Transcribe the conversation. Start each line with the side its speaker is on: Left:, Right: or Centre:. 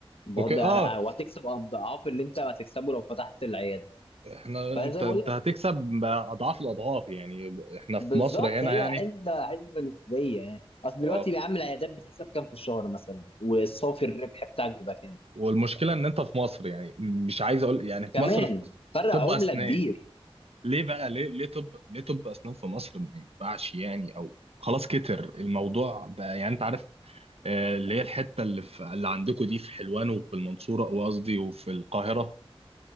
Left: بغض
Right: اوكي
Left: آه،
Right: اه
Left: وهتكسب اضعاف اللي انت هتكسبه لو فتحت العياده
Right: احنا
Left: فزي
Right: انت
Left: بقول
Right: انت
Left: لك
Right: هتكسب اضعاف الاضعاف يعني احنا
Left: بالظبط
Right: في مصر هنا
Left: هي
Right: يعني
Left: حسبه حسبه نسبيه يعني اصل
Right: اه
Left: دلوقتي يا عم العيادات بتكسب كام في الشهر مثلا والصافي الربح بتاعك بيبقى كام
Right: والمشكله ان انت في مصر يعني مش عايز اقول يعني في
Left: كمان
Right: مصر في
Left: فرق
Right: طب
Left: عمله
Right: اسنان
Left: كبير
Right: ليه بقى ليه ليه طب ليه طب اسنان في مصر ما ينفعش يعني او خلاص كتر الموضوع بقى يعني انت عارف آه، اللي هي الحته اللي في اللي عندكم دي في حلوان وفي المنصوره وقصدي وفي القاهره